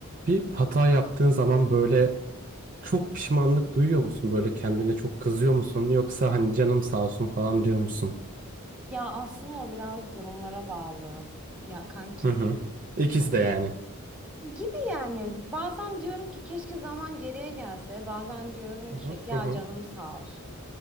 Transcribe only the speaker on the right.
Bir hata yaptığın zaman böyle çok pişmanlık duyuyor musun? Böyle kendine çok kızıyor musun? Yoksa hani canım sağ olsun falan diyor musun?
Hı hı. İkisi de yani.
Hı
hı
hı hı